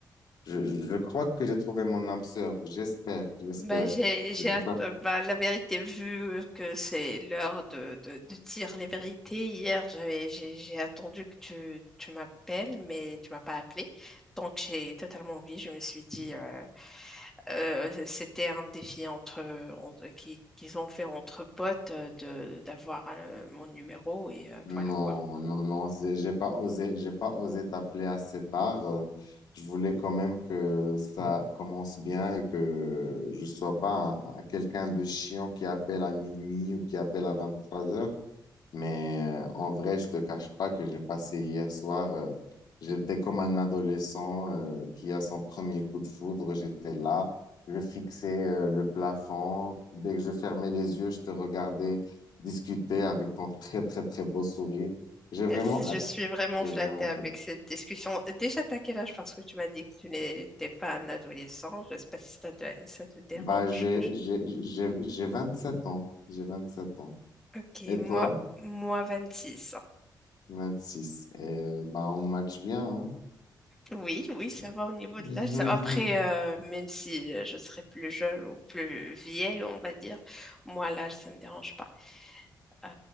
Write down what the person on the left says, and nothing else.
je, je crois que j'ai trouvé mon âme sœur. J'espère, j'espère.
Je sais
pas.
Non,
non, non, c'est- j'ai pas osé, j'ai pas osé t'appeler assez tard. Euh, je voulais quand même que ça commence bien et que je sois pas un- un- quelqu'un de chiant qui appelle à minuit ou qui appelle à vingt-trois heures Mais euh, en vrai, je te cache pas que j'ai passé hier soir, euh, j'étais comme un adolescent euh, qui a son premier coup de foudre. J'étais là, je fixais euh, le plafond. Dès que je fermais les yeux, je te regardais discuter avec ton très, très, très beau sourire. J'ai
vraiment
hâte.
J'ai
vraiment
hâte.
Bah, j'ai,
j'ai, j'ai, j'ai 27 ans. J'ai 27 ans.
Et
toi?
vingt six. Et euh, bah, on match bien, hein?
<laughs>